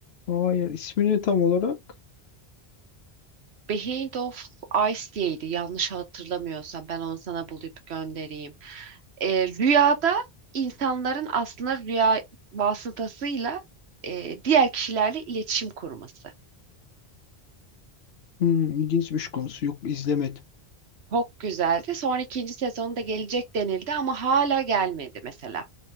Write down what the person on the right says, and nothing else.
Behind of Ice diyeydi yanlış hatırlamıyorsam ben onu sana bulup göndereyim. E, rüyada insanların aslında rüya vasıtasıyla e, diğer kişilerle iletişim kurması.
Çok güzeldi. Sonra ikinci sezonda gelecek denildi ama hala gelmedi mesela.